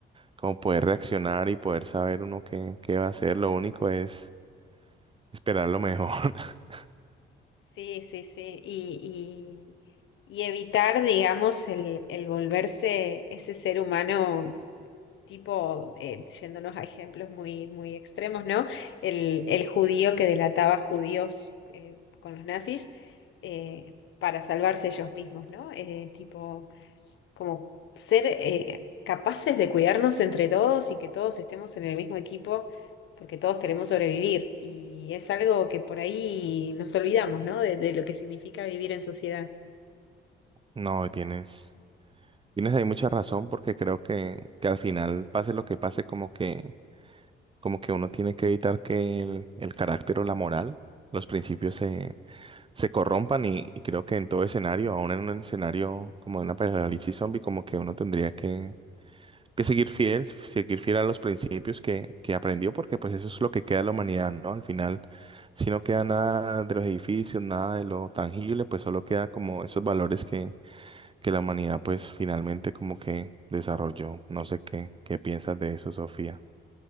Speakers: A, on the right; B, on the left.
A: como poder reaccionar y poder saber uno qué, qué va a hacer. Lo único es esperar lo mejor. <laughs>
B: Sí, sí, sí. Y, y, y evitar, digamos, el, el volverse ese ser humano tipo, eh, yéndonos a ejemplos muy, muy extremos, ¿no? El, el judío que delataba judíos eh, con los nazis eh, para salvarse ellos mismos, ¿no? Eh, tipo, como ser eh, capaces de cuidarnos entre todos y que todos estemos en el mismo equipo. porque todos queremos sobrevivir y es algo que por ahí nos olvidamos, ¿no? De, de lo que significa vivir en sociedad.
A: No, tienes, tienes ahí mucha razón porque creo que, que al final, pase lo que pase, como que como que uno tiene que evitar que el, el carácter o la moral, los principios se, se corrompan y, y creo que en todo escenario, aún en un escenario como de una apocalipsis zombie, como que uno tendría que, que seguir fiel, seguir fiel a los principios que, que aprendió, porque pues eso es lo que queda de la humanidad, ¿no? Al final, si no queda nada de los edificios, nada de lo tangible, pues solo queda como esos valores que, que la humanidad pues finalmente como que desarrolló. No sé qué, qué piensas de eso, Sofía.